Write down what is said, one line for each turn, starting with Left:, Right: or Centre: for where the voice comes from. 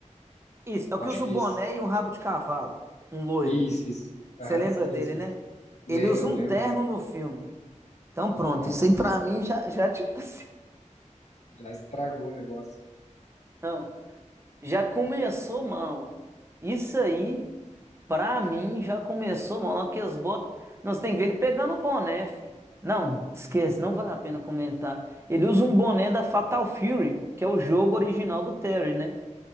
Right: Isso, é o
Left: Eu
Right: que
Left: acho
Right: usa
Left: que
Right: um
Left: é
Right: boné
Left: esse.
Right: e um rabo de cavalo. Um loiro.
Left: Isso, isso.
Right: Você
Left: Aham,
Right: lembra
Left: sim,
Right: dele,
Left: isso
Right: né?
Left: mesmo. Lembro,
Right: Ele usa um
Left: lembro.
Right: terno no filme. Então pronto,
Left: Nossa,
Right: isso aí pra mim já, já tipo assim.
Left: já estragou o negócio.
Right: Não, já começou mal. Isso aí, pra mim, já começou mal. Não, que eles botam. Nós tem que ver ele pegando o boné, fi. Não, esquece, não vale a pena comentar. Ele usa um boné da Fatal Fury, que é o jogo original do Terry, né?